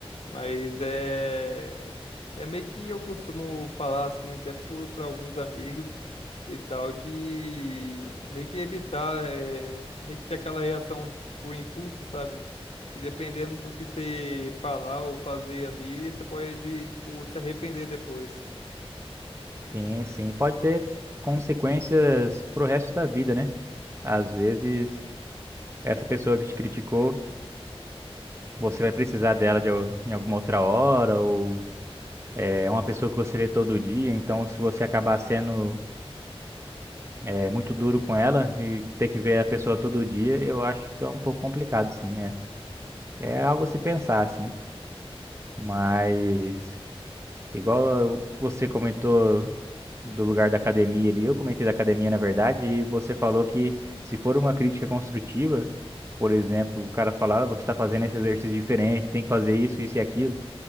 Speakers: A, on the left (about 80°); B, on the right (about 25°).
A: Mas é. É meio que eu costumo falar assim, até por, pra alguns amigos e tal, de meio que evitar, é, meio que ter aquela reação por impulso, sabe? E dependendo do que você falar ou fazer ali, você pode, tipo, se arrepender depois.
B: Sim, sim, pode ter consequências pro resto da vida, né? Às vezes, essa pessoa que te criticou, você vai precisar dela de, al- em alguma outra hora, ou é uma pessoa que você vê todo dia, então se você acabar sendo é muito duro com ela e ter que ver a pessoa todo dia, eu acho que fica um pouco complicado, sim, é. É algo a se pensar, assim. Mas igual você comentou do lugar da academia ali, eu comentei da academia, na verdade, e você falou que se for uma crítica construtiva, por exemplo, o cara falar, "Ah, você está fazendo esse exercício diferente, tem que fazer isso, isso e aquilo,